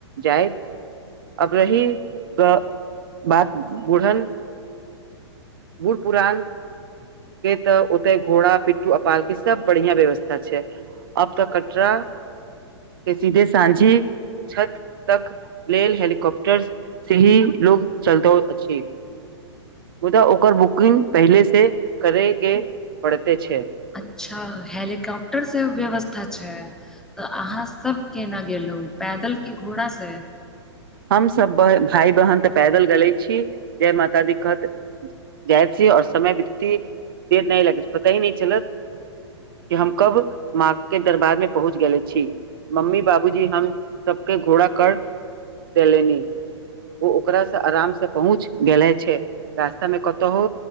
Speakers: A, on the right; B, in the centre.
A: जायत अब रही ग- बात बुढ़ल बुढ़ पुरान के तऽ ओते घोड़ा पिट्टू आ पालकी सब बढ़ियाँ व्यवस्था छै अब तऽ कटरा के सीधे साँझी छत तक लेल हेलीकॉप्टर से ही लोग चलतो अछि मुदा ओकर बुकिंग पहिले से से करैके पड़ते छै
B: अच्छा हेलीकॉप्टर से व्यवस्था छै, तऽ अहाँ सब केना गेलहूँ पैदल की घोड़ा से
A: हम सभ ब- भाय बहन तऽ पैदल गेले छी। जय माता दी कहत जाय छी आओर समय बितती के नहि लगत पता ही नहि चलत कि हम कब माँ के दरबारमे पहुँच गेले छी। मम्मी बाबूजी हम सबके घोड़ा कर देलनि ओ ओकरा सँ आराम से पहुँच गेले छै रास्ता में कतहु